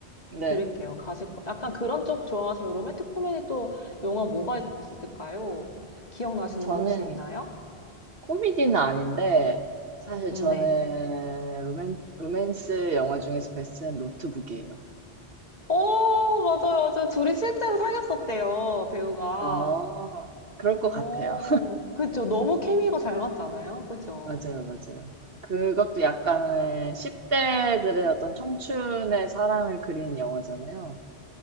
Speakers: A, on the right (about 65°); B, on the left (about 40°).
A: 네.
B: 드릴게요. 가시걸. 약간 그런 쪽 좋아하시면 로맨틱 코미디 또 영화 뭐가 있- 있을까요? 기억나시는
A: 저는
B: 거 혹시 있나요?
A: 코미디는 아닌데, 사실
B: 음,
A: 저는
B: 네.
A: 로맨, 로맨스 영화 중에서 베스트는 노트북이에요.
B: 오, 맞아요, 맞아요. 둘이 실제로 사귀었었대요, 배우가.
A: 어, 그럴
B: 오,
A: 것 같아요.
B: 그죠. 너무 케미가 잘 맞잖아요. 그죠.
A: 맞아요, 맞아요. 그것도 약간은 10대들의 어떤 청춘의 사랑을 그린 영화잖아요.